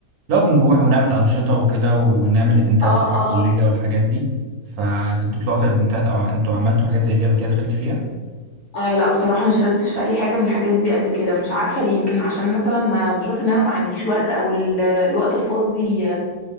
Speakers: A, on the right; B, on the left.
A: لو بنروح ونعمل أنشطة وكده ونعمل إيفنتات
B: اه
A: تبع
B: اه
A: الكلية والحاجات دي فانتوا طلعتوا إيفنتات أو انتوا عملتوا حاجات زي دي قبل كده دخلت فيها
B: آه لا بصراحة ما شاركتش في أي حاجة من الحاجات دي قبل كده مش عارفة ليه يمكن عشان مثلا ما بشوف إن أنا ما عنديش وقت أو ال- الوقت الفاضي